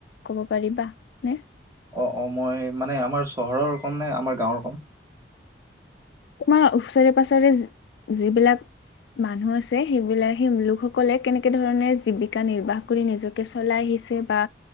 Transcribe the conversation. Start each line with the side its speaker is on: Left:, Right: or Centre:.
Left: ক'ব পাৰিবা? নে
Right: অ অ মই মানে আমাৰ চহৰৰ কম নে আমাৰ গাঁৱৰ কম।
Left: তোমাৰ ওচৰে পাঁজৰে যিবিলাক মানুহ আছে সেইবিলাক সেই লোকসকলে কেনেকে ধৰণে জীৱিকা নিৰ্বাহ কৰি নিজকে চলাই আহিছ- চে বা